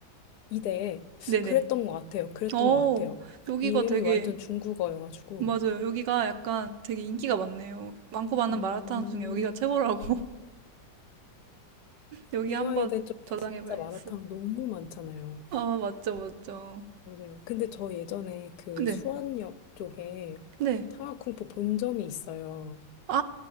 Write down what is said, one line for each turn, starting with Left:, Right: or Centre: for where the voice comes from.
Left: 이대
Right: 네네.
Left: 그랬던 것 같아요 그랬던
Right: 어
Left: 것 같아요
Right: 여기가
Left: 이름이
Right: 되게
Left: 완전 중국어여가지고
Right: 맞아요. 여기가 약간 되게 인기가 많네요. 많고 많은
Left: 음
Right: 마라탕 중에 여기가 최고라고. <laughs> 여기
Left: 이화여대
Right: 한번
Left: 쪽에
Right: 저장해봐야겠어요.
Left: 진짜 마라탕 너무 많잖아요.
Right: 아, 맞죠, 맞죠.
Left: 맞아요. 근데 저 예전에 그
Right: 네,
Left: 수원역 쪽에
Right: 네.
Left: 상하쿵푸 본점이 있어요.
Right: 아,